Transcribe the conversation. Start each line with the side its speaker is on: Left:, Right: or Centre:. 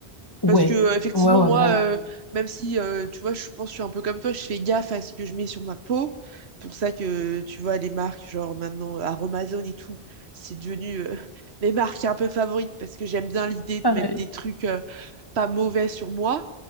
Left: Ouais,
Right: parce que euh, effectivement
Left: ouais, ouais,
Right: moi,
Left: vraiment.
Right: euh, même si euh, tu vois, je pense que je suis un peu comme toi, je fais gaffe à ce que je mets sur ma peau. Pour ça que tu vois les marques genre maintenant Aromazone et tout, c'est devenu euh, <laughs> mes marques un peu favorites parce que j'aime bien l'idée
Left: Pareil.
Right: de mettre des trucs euh, pas mauvais sur moi.